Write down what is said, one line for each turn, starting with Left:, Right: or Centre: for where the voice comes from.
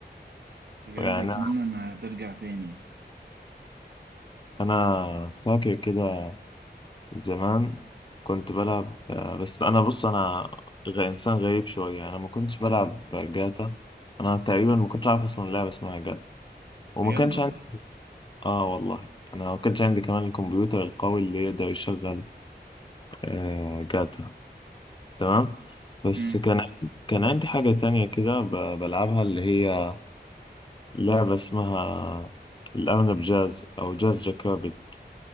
Right: بجد
Left: يعني
Right: أتمنى إنها ترجع تاني يعني.
Left: أنا فاكر كده زمان كنت بلعب آه، بس أنا بص أنا غ- إنسان غريب شوية أنا ما كنتش بلعب جاتا أنا تقريبا ما كنتش عارف أصلا لعبة اسمها جاتا وما
Right: بجد
Left: كانش
Right: والله
Left: عندي آه والله أنا ما كانش عندي كمان الكمبيوتر القوي اللي يقدر يشغل آه جاتا تمام بس
Right: امم
Left: كان كان عندي حاجة تانية كده ب- بلعبها اللي هي لعبة اسمها الأرنب جاز أو جاز جاكوبيت